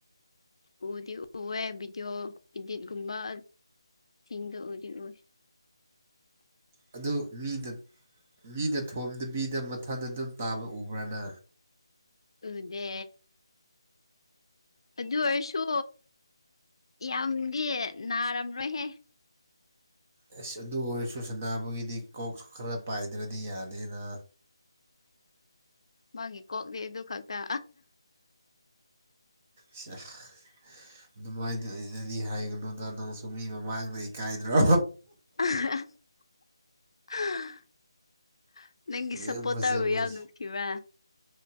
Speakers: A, on the left; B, on the right.
A: ꯎꯗꯤ ꯎꯑꯦ ꯚꯗꯤꯑꯣ ꯏꯗꯤꯠꯒꯨꯝꯕ ꯊꯗ ꯎꯔ ꯑꯣꯏ
B: ꯑ ꯃꯤꯗ ꯃꯤꯅ ꯊꯣꯝꯗꯕꯤꯗ ꯃꯊꯟꯗ ꯑꯗꯨꯝ ꯇꯥꯕ ꯎꯕ꯭ꯔꯅ
A: ꯎꯗꯦ ꯑꯗꯨ ꯑꯣꯏꯔꯁꯨ ꯌꯥꯝꯗꯤ ꯅꯥꯔꯝꯔꯣꯏꯍꯦ
B: ꯑꯦꯁ ꯑꯗꯨ ꯑꯣꯏꯔꯁꯨ ꯁꯅꯥꯕꯨꯒꯤꯗꯤ ꯀꯣꯛꯁꯨ ꯈꯔ ꯄꯥꯏꯗ꯭ꯔꯗꯤ ꯌꯥꯗꯦꯅ
A: ꯃꯥꯒꯤ ꯀꯣꯛꯅꯤ ꯑꯗꯨ ꯈꯛꯇ
B: ꯁꯤ ꯑꯗꯨꯃꯥꯏꯅꯗꯤ ꯍꯥꯏꯒꯅꯨꯗ ꯅꯪꯁꯨ ꯃꯤ ꯃꯃꯥꯡꯗ ꯏꯀꯥꯏꯗ꯭ꯔꯣ
A: <unintelligible> ꯅꯪ
B: ꯌꯥꯝ
A: ꯁꯞꯄꯣꯇꯥꯥꯔꯕꯨ
B: ꯐꯖꯕ
A: ꯌꯥꯎꯅꯀꯤꯕ